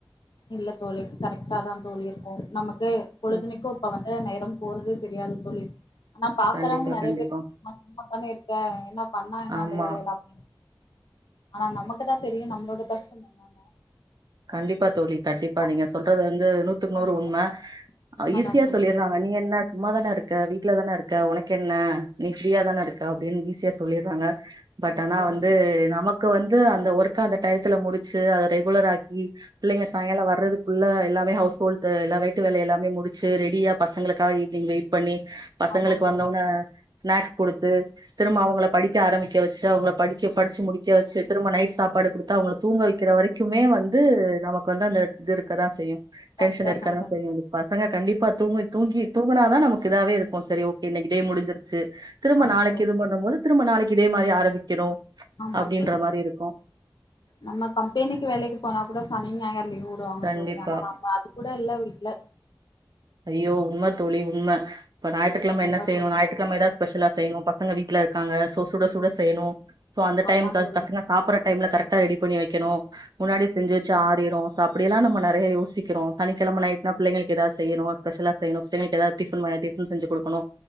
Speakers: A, on the left; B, on the right.
A: இல்ல தோழி கரெக்ட்டாதா தோழி இருக்கு நமக்கு பொழுதுனைக்கோப்ப
B: ம்
A: வந் அ நேரம் போறது தெரியாது தோழி, ஆனா பாக்குறவங்க
B: கண்டிப்பா
A: நெறைய
B: கண்டிப்பா
A: பேசி மா <inaudible> தானே இருக்கே என்ன பண்ணா என்ன
B: ஆமா
A: அந்த வேலயெல்லா <inaudible> ஆனா நமக்குதா தெரியு நம்மளோட கஷ்டம் என்னன்னு
B: கண்டிப்பா தோழி கண்டிப்பா
A: அந்த
B: நீங்க சொல்றது வந்து நூத்துக்கு
A: கண்டிப்பா
B: நூறு உண்ம
A: தோழி. உண்மதான்
B: ஆ ஈசியா
A: தோழி.
B: சொல்லிறாங்க நீ என்ன சும்மாதானே இருக்க வீட்ல தானே இருக் க்க ஒனக்கு என்ன நீ ஃப்ரீயா
A: ஆமா
B: தானே
A: தோழி.
B: இருக்க அப்டின் ஈஸியா சொல்லிறாங்க பட்
A: ஆமா
B: ஆனா
A: தோழி.
B: வந்து நமக்கு வந்து அந்த ஒர்க்க அந்த டயத்துல முடிச்சு அத ரெகுலர் ஆக் ம் பிள்ளைங்க சாயங்காலோ வர்றதுக்குள்ள எல்லாமே ஹவுஸ் <unintelligible> இப்ப எல்லா விட்டு வேலை எல்லாமே முடிச்சு ரெடியா பசங்களுக்காக ஈவினிங் வெயிட் பண்ணி பசங்களுக்கு
A: ஆமா தோழி.
B: வந்தோன்ன ஸ்நாக்ஸ் குடுத்து திரும்ப அவங்கள படிக் ஆரமிக்க வச்சு அவங்கள படிக்க படிச்சு முடிக்க வச்சு திரும்ப நைட் சாப்பாடு குடுத்து அவங்கள தூங்க வைக்கிற வரைக்குமே வந் து நமக்கு வந்து அந்த இது இருக்கதா செய்யு டென்ஷன்
A: கரெக்டா
B: இருக்கதா
A: சொன்னீங்க
B: செய்யு
A: தோழி.
B: பசங்க கண்டிப்பா தூங்கி தூங்கி தூங் குனாதா நமக்கு இதாவே இருக்கு செரி ஓகே இன்னைக்கு டே முடிஞ்சிருச்சி. திரும்ப
A: ஆமா
B: நாளைக்கு
A: தோழி.
B: இது பண்ணும் போது திரும்ப நாளைக்கு இதே மாரி ஆரம்பிக்கணு ம்ச்
A: ஆமா
B: அப்டின்ற
A: தோழி.
B: மாரி இருக்கு.
A: நம்ம கம்பெனிக்கு வேலைக்கு போனா கூட ஸ் சனி ஞாயிறு லீவு வுடுவாங்க
B: கண்டிப்பா
A: தோழி ஆனா நம்ம அது கூட இல்ல வீட்ல
B: ஐயோ உண்ம தோழி உண்ம இப்ப ஞாயிற்றுக்கெழம
A: கண்டிப்பா
B: என்ன செய்யணு
A: தோழி.
B: ஞாயிற்றுக்கெழம எதா ஸ்பெஷல்லா செய்யணு பசங்க வீட் ட்ல இருக்காங்க சோ சுட சுட செய்ணு சோ அந்த
A: ஆமா
B: டைம்கு
A: தோழி.
B: பசங்க சாப்புற டைம்ல கரெக்டா ரெடி பண்ணி வைக் கேணு முன்னாடி செஞ்சு வச்சா ஆறிரு ச அப்டியெல்லா நம்ம நெறையா யோசிக்கிறோ சனிக்கெழம நைட் நா பிள்ளைங்களுக்கு ஏதாஸ் செய்யணு ஸ்பெஷல்லா செய்யணு பசங்களுக்கு ஏதாது டிஃபன் மாரி டிஃபன் செஞ்சி குடுக்கணு.